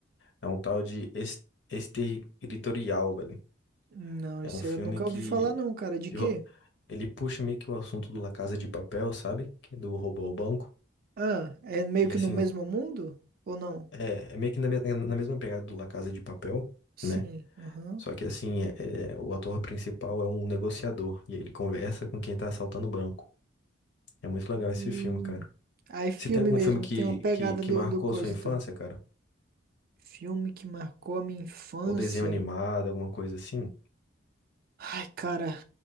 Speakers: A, on the left; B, on the right.
A: é um tal de Ex- Exterritorial, velho.
B: Não,
A: É
B: isso
A: um filme
B: aí eu nunca
A: que
B: ouvi falar não, cara. De
A: de
B: quê?
A: ro- ele puxa meio que o assunto do La Casa de Papel, sabe? Que é do roubo ao banco.
B: Ah, é meio
A: E
B: que
A: assim,
B: no mesmo mundo? Ou não?
A: É, é meio que na, mes- na mesma pegada do La Casa de Papel,
B: Sim,
A: né?
B: aham.
A: Só que assim, é- é, o ator principal é um negociador e ele conversa com quem tá assaltando o banco. É muito legal esse
B: Hum.
A: filme, cara.
B: Aí filme
A: Você tem algum
B: mesmo,
A: filme que,
B: tem uma pegada
A: que, que
B: do,
A: marcou
B: do coisa,
A: a sua infância,
B: então.
A: cara?
B: Filme que marcou a minha infância.
A: Ou desenho animado, alguma coisa assim?
B: Ai, cara,